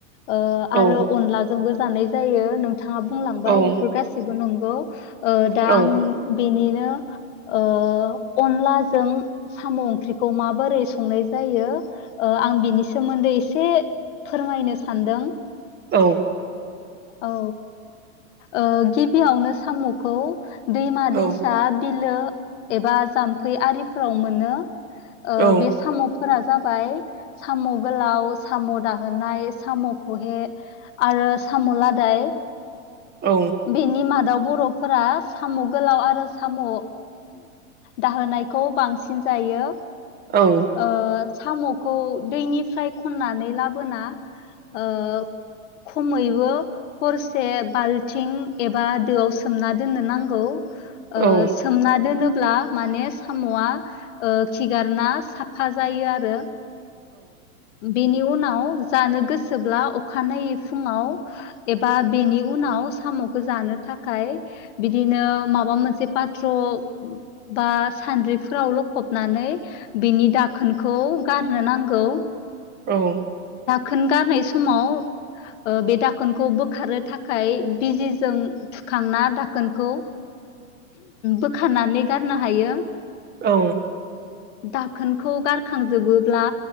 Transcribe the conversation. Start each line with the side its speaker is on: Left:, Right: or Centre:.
Left: ओ आरो
Right: औ
Left: अनला जोंबो जानाय जायो। नों थाङा बुंलांबाय
Right: औ
Left: बेफोर गासिबो नंगौ। ओ दा
Right: औ
Left: आं बेनिनो ओ अनलाजों साम' ओंख्रिखौ माबोरै संनाय जायो ओ आं बिनि सोमोन्दै एसे फोरमायनो सानदों।
Right: औ।
Left: औ। ओ गिबियावनो साम'खौ दैमा दैसा
Right: औ
Left: बिलो एबा जाम्फै आरिफोराव मोनो। ओ
Right: औ
Left: बे साम'फोरा जाबाय साम' गोलाव, साम' दाहोनाय, साम'खहे आरो साम' लादाय।
Right: औ।
Left: बेनि मादाव बर'फोरा साम' गोलाव आरो साम' दाहोनायखौ बांसिन जायो।
Right: औ।
Left: ओ साम'खौ दैनिफ्राय खननानै लाबोना ओ खमै बो हरसे बाल्थिं एबा दोआव सोमना दोननो नांगौ। ओ
Right: औ
Left: सोमना दोनोब्ला माने साम'आ ओ खिगारना साफा जायो आरो बेनि उनाव जानो गोसोब्ला अखानायै फुङाव एबा बेनि उनाव साम'खौ जानो थाखाय बिदिनो माबा मोनसे पाथ्र' बा सान्द्रिफोराव लखबनानै बिनि दाखोनखौ गारनो नांगौ
Right: औ
Left: खोन गारनाय समाव बे दाखोन दाखोनखौ बोखारनो थाखाय बिजिजों थुखांना दाखोनखौ बोखारनानै गारनो हायो
Right: औ
Left: दाखोनखौ गारखांजोबोब्ला